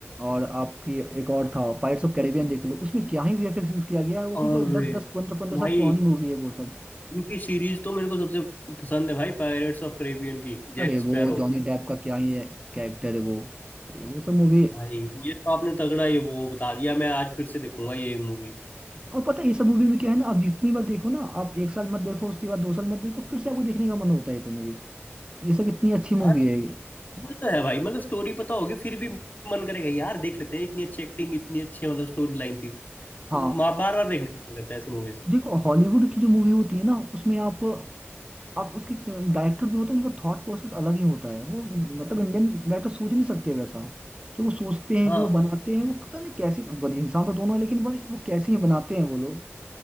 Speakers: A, on the right (about 20°); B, on the left (about 40°).
A: और आपकी एक और था पायरेट्स ऑफ कैरेबियन देख लो उसमें क्या ही वीएफएक्स यूज किया गया है वो
B: और
A: कि जो दस दस पंद्रह पंद्रह
B: भाई
A: साल पुरानी मूवी है वो सब
B: इनकी सीरीज तो मेरे को सबसे पसंद है भाई पायरेट्स ऑफ कैरेबियन की जैक
A: अरे
B: स्पैरो
A: वो जॉनी डेप का क्या ही है कैरेक्टर है वो अरे वो सब मूवी
B: भाई ये तो आपने तगड़ा ये वो बता दिया मैं आज फिर से देखूंगा ये मूवी
A: और पता है ये सब मूवी में क्या है ना आप जितनी बार देखो ना आप एक साल मत देखो उसके बाद दो साल मत देखो फिर से आपको देखने का मन होता है ये सब मूवी ये सब इतनी अच्छी मूवी
B: हाँ
A: है ये
B: ये तो है भाई मतलब स्टोरी पता होगी फिर भी मन करेगा यार देख लेते हैं इतनी अच्छी एक्टिंग इतनी अच्छी मतलब स्टोरी लाइन थी
A: हाँ
B: तो बार बार देखने का मन करता है ऐसी मूवीज
A: देखो हॉलीवुड की जो मूवी होती है ना उसमें आप आप उसके डायरेक्टर भी होते हैं उनका थॉट प्रोसेस अलग ही होता है वो मतलब इंडियन डायरेक्टर सोच नहीं सकते वैसा जो वो सोचते हैं
B: हाँ
A: जो वो बनाते हैं वो पता नहीं कैसे बड़े इंसान तो दोनों है लेकिन बड़े वो कैसे ही बनाते हैं वो लोग